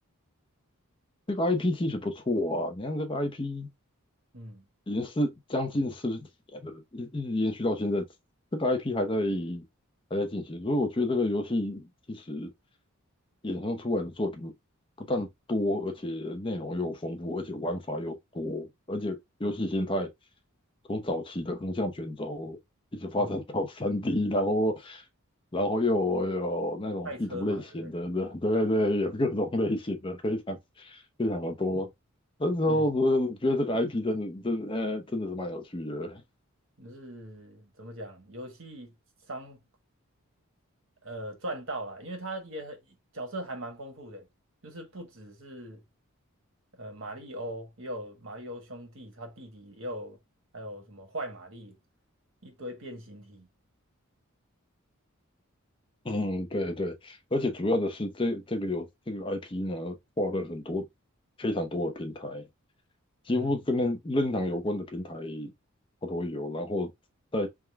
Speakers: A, on the left; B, on the right.
A: 这个 IP 其实不错啊，你看这个 IP
B: 嗯
A: 已经是将近四十几年了，一一直延续到现在，这个 IP 还在还在进行，所以我觉得这个游戏其实衍生出来的作品不但多，而且内容又丰富，而且玩法又多，而且游戏形态从早期的横向卷轴一直发展到
B: 嗯，
A: 3D，然后然后又有那种地图类型的，
B: 赛车嘛，对不对？
A: 对对对，有各种类型的，非常非常的多。那时候我觉得这个
B: 嗯，
A: IP 真的真的呃真的是蛮有趣的，
B: 就是怎么讲，游戏商呃赚到了，因为他也很角色还蛮丰富的，就是不只是呃马里欧，也有马里欧兄弟，他弟弟也有，还有什么坏玛丽，一堆变形体。
A: 嗯，对对，而且主要的是这这个有这个 IP 呢，跨了很多非常多的平台，几乎跟任任堂有关的平台
B: 嗯
A: 它都有。然后在